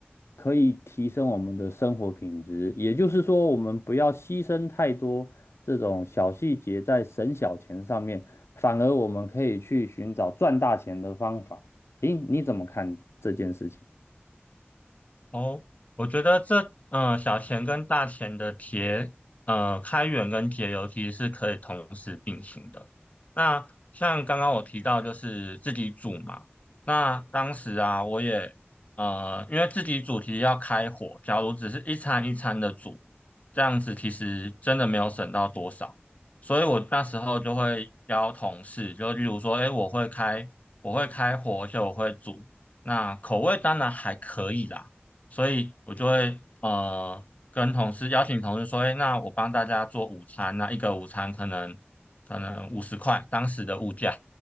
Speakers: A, on the left (about 85°); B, on the left (about 35°).
A: 可以提升我们的生活品质？也就是说，我们不要牺牲太多这种小细节在省小钱上面，反而我们可以去寻找赚大钱的方法。诶，你怎么看这件事情？
B: 哦，我觉得这嗯、呃小钱跟大钱的节呃开源跟节流其实是可以同时并行的。那像刚刚我提到就是自己煮嘛，那当时啊我也呃因为自己煮其实要开火，假如只是一餐一餐的煮，这样子其实真的没有省到多少。所以我那时候就会邀同事，就例如说，哎，我会开我会开火，而且我会煮，那口味当然还可以啦。所以我就会呃跟同事邀请同事说，哎，那我帮大家做午餐，那一个午餐可能可能五十块，当时的物价。